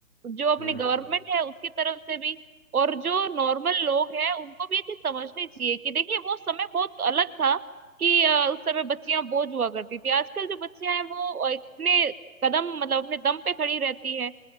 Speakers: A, on the right; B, on the left.
A: जो अपनी
B: हम्म हम्म,
A: गवर्नमेंट
B: हम्म।
A: है उसकी तरफ से भी और जो नॉर्मल लोग हैं उनको भी ये चीज समझनी चाहिए कि देखिए वो समय बहुत अलग था कि अ, उस समय बच्चियां बोझ हुआ करती थी आजकल जो बच्चियां हैं वो अ, अपने कदम मतलब अपने दम पे खड़ी रहती हैं